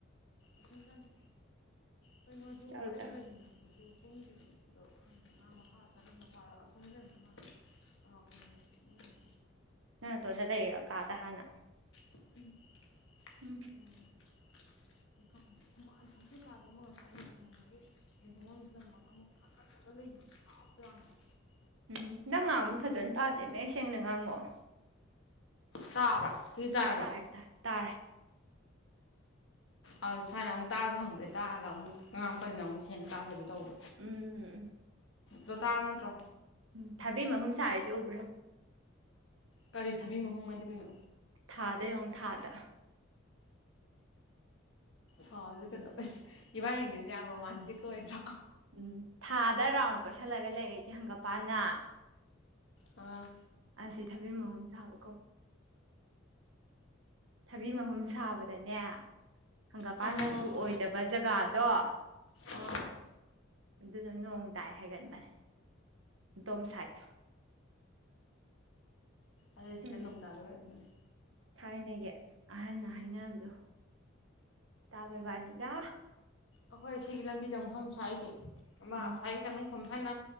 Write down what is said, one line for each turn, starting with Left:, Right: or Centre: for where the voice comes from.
Left: ꯏꯊꯟꯇꯅꯤ ꯀꯩꯅꯣꯁꯨ
Right: ꯆꯠꯂꯨ
Left: ꯑꯩꯒꯥ
Right: ꯆꯠꯂꯨ
Left: ꯂꯩꯃꯤꯟꯅꯕꯗꯨꯁꯨ ꯀꯨꯝꯈꯤꯕꯅꯤ ꯑꯗꯣ ꯈꯪꯗꯦ ꯃꯥ ꯃꯈꯥꯗ ꯆꯠꯂꯝꯗꯧ ꯃꯥꯜꯂꯦ ꯑꯁꯣꯝꯗ ꯂꯩꯔꯝꯗꯧ ꯃꯥꯜꯂꯦ ꯑ ꯀꯩꯅꯣ ꯃꯣꯏꯔꯣꯝ
Right: ꯇꯣꯟꯗ ꯂꯩꯌꯦ ꯑꯀꯥꯗ ꯍꯥꯟꯅ
Left: <inaudible>
Right: ꯎꯝ
Left: <unintelligible>
Right: ꯎꯝ ꯅꯪ ꯉꯥꯡꯕ ꯐꯖꯅ ꯇꯥꯗꯦ ꯃꯌꯦꯛ ꯁꯦꯡꯅ ꯉꯥꯡꯉꯛꯑꯣ
Left: ꯇꯥꯕ꯭ꯔꯥ ꯁꯤꯗꯤ ꯇꯥꯔꯕ
Right: ꯇꯥꯥꯏꯌꯦ ꯇꯥꯏ ꯇꯥꯔꯦ
Left: ꯑ ꯁꯥꯏꯅ ꯑꯃꯨꯛ ꯇꯥꯔꯕ ꯍꯪꯕꯗꯤ ꯇꯥꯔꯒ ꯑꯃꯨꯛ ꯉꯥꯡꯉꯛꯄꯖꯤꯅ ꯑꯃꯨꯛ ꯁꯦꯡꯅ ꯇꯥꯗꯕꯤ ꯇꯧꯕ
Right: ꯎꯝ
Left: ꯗꯣ ꯇꯥꯔꯕ ꯅꯠꯇ꯭ꯔꯣ
Right: ꯎꯝ ꯊꯥꯕꯤ ꯃꯍꯨꯝ ꯁꯥꯔꯤꯁꯦ ꯎꯕ꯭ꯔ ꯌꯦꯡꯉꯣ
Left: ꯀꯔꯤ ꯊꯕꯤ ꯃꯍꯨꯝ ꯍꯥꯢꯗꯤ ꯀꯩꯅꯣ
Right: ꯊꯥꯗ ꯌꯦꯡꯉꯣ ꯊꯥꯗ
Left: ꯑꯣ ꯑꯗꯨ ꯀꯩꯗꯧꯕꯁꯦ ꯏꯕꯥꯟꯅꯤꯒꯤꯁꯦ ꯌꯥꯝ ꯔꯣꯃꯥꯟꯇꯤꯛꯀ ꯑꯣꯏꯗ꯭ꯔꯣ
Right: ꯎꯝ ꯊꯥꯗ ꯔꯥꯎꯟ ꯀꯣꯏꯁꯤꯜꯂꯒ ꯂꯩꯔꯤꯖꯦ ꯍꯪꯒꯥꯝꯄꯥꯟꯅ
Left: ꯑ
Right: ꯑꯁꯤ ꯊꯕꯤ ꯃꯍꯨꯝ ꯁꯥꯕ ꯀꯧ ꯊꯕꯤ ꯃꯍꯨꯝ ꯁꯥꯕꯗꯅꯦ ꯍꯪꯒꯄꯥꯟ
Left: ꯑꯥ
Right: ꯃꯆꯨ ꯑꯣꯏꯗꯕ ꯖꯒꯥꯗꯣ
Left: ꯑꯥ
Right: ꯑꯗꯨꯅ ꯅꯣꯡ ꯇꯥꯏ ꯍꯥꯏꯒꯟꯕꯅꯦ ꯑꯗꯣꯝ ꯁꯥꯏꯠꯇꯣ
Left: ꯑꯗꯨꯗꯤ ꯁꯤꯗ
Right: ꯎꯝ
Left: ꯅꯣꯡ ꯇꯥꯗꯣꯢ ꯑꯣꯏꯔꯝꯒꯅꯦ
Right: ꯊꯥꯏꯅꯒꯤ ꯑꯍꯟꯅ ꯍꯥꯏꯅꯕꯗꯣ ꯇꯥꯕꯔꯕꯥꯅꯤꯗ
Left: ꯑꯈꯣꯏ ꯁꯤꯒꯤ ꯂꯝꯕꯤ ꯆꯪꯐꯝ ꯁ꯭ꯋꯥꯏꯁꯦ ꯑꯃ
Right: ꯎꯝ
Left: ꯁꯥꯏꯒꯤ ꯆꯪ ꯁꯣꯝ ꯁꯥꯥꯏꯅ